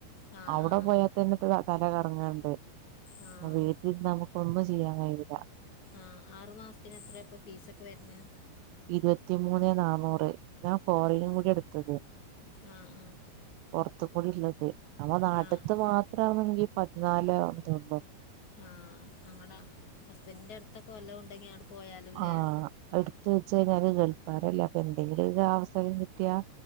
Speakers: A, on the left; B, on the right.
A: ആഹ്
B: അവിടെ പോയാൽ തന്നെ തല കറങ്ങണ്ട്
A: ആഹ് ആഹ്
B: വീട്ടിൽന്ന് നമുക്ക് ഒന്നും ചെയ്യാൻ കഴിയില്ല
A: ആഹ് ആറു മാസത്തിന് എത്ര അപ്പൊ ഫീസ് ഒക്കെ വരുന്നത്
B: ഇരുപത്തിമൂന്ന് നന്നൂറ് ഞാൻ ഫോറിനും
A: ആഹ്
B: കൂടിയാ എടുത്തത്
A: ആഹ്
B: പുറത്ത്‌ക്ക് കൂടി ഉള്ളത് നമ്മളെ നാട്ട്ത്തെ
A: ആഹ് ആഹ്
B: മാത്ര ആണെന്ന് ഉണ്ടെങ്കി പതിനാലോ അത്രോള്ളു
A: ആഹ് അങ്ങട ഹസ്ബൻഡിന്റെ അടുത്തൊക്കെ വല്ല ഉണ്ടെങ്കി അങ്ങട് പോയാലോല്ലേ
B: ആഹ് അതെടുത്ത് വെച്ച് കഴിഞ്ഞാല് ഗൾഫാരല്ല അപ്പൊ എന്തെങ്കിലും ഒര് അവസരം കിട്ടിയാ